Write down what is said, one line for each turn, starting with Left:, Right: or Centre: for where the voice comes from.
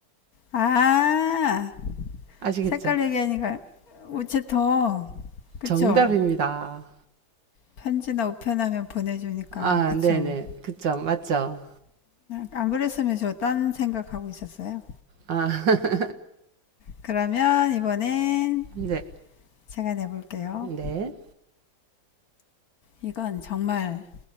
Left: 아,
Right: 아시겠죠?
Left: 색깔 얘기하니까 우체통. 그쵸?
Right: 정답입니다.
Left: 편지나 우편하면 보내주니까.
Right: 아,
Left: 그쵸?
Right: 네네. 그쵸. 맞죠?
Left: 안 그랬으면 저 딴 생각하고 있었어요.
Right: 아, <laughs>
Left: 그러면 이번엔
Right: 네.
Left: 제가 내볼게요.
Right: 네.
Left: 이건 정말